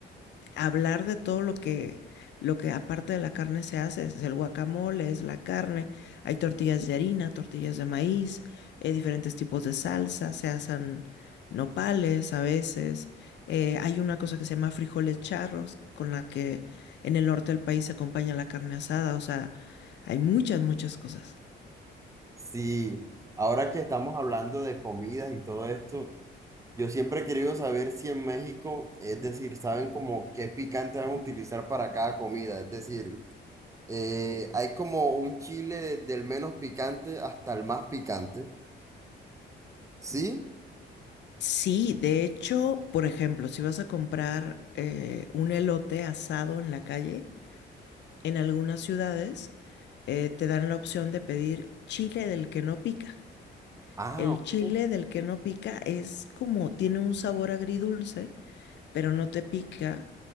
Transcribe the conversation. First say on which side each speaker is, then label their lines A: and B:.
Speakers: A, on the left; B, on the right.
A: hablar de todo lo que, lo que aparte de la carne se hace, es el guacamole, es la carne, hay tortillas de harina, tortillas de maíz, eh, diferentes tipos de salsa, se hacen nopales a veces, eh, hay una cosa que se llama frijoles charros, con la que en el norte del país se acompaña la carne asada, o sea, hay muchas, muchas cosas.
B: Sí, ahora que estamos hablando de comidas y todo esto, yo siempre he querido saber si en México, es decir, saben como qué picante van a utilizar para cada comida, es decir, eh, hay como un chile desde el menos picante hasta el más picante, ¿sí?
A: Sí, de hecho, por ejemplo, si vas a comprar eh, un elote asado en la calle, En algunas ciudades eh, te dan la opción de pedir chile del que no pica.
B: Ah,
A: El
B: ok,
A: chile del que no pica es como, tiene un sabor agridulce, pero no te pica.